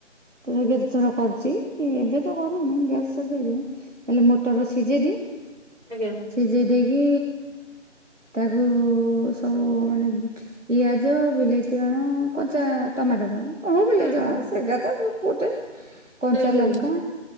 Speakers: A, on the right; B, on the right.
A: ତ ବିରି ଚାଉଳ କରୁଛି। ଏବେ ତ କରୁନି ଗ୍ୟାସ୍ ସରି ଜାଇଛି। ତାଲେ ମଟର ସିଝେଇଦିଏ
B: ଆଜ୍ଞା।
A: ସିଝେଇ ଦେଇକି ତାକୁ ସବୁ ମାନେ ପିଆଜ ବିଲେଇତି ଆଣ। କଞ୍ଚା ଟମାଟର ହଁ ବିଲେଇ
B: ହୁଁ
A: ଚାଉଳ
B: ହୁଁ
A: ସେଟା ତ କୋଟେ। କଞ୍ଚା
B: ହୁଁ ହୁଁ
A: ଲଙ୍କା